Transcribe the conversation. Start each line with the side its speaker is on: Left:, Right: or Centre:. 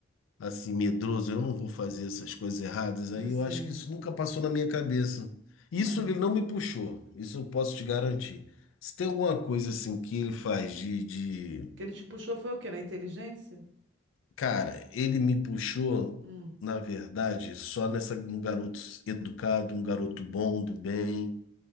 Left: assim, medroso. Eu não vou fazer essas coisas erradas.
Right: Eu
Left: Aí
Right: sei.
Left: eu acho que isso nunca passou na minha cabeça. Isso
Right: Não é.
Left: ele não me puxou. Isso eu posso te garantir. Se tem alguma coisa assim que ele faz de, de
Right: que ele te puxou foi o quê? Na inteligência?
Left: Cara, ele me puxou,
Right: Hum.
Left: na verdade, só nessa, no garoto educado, um garoto bom, do bem.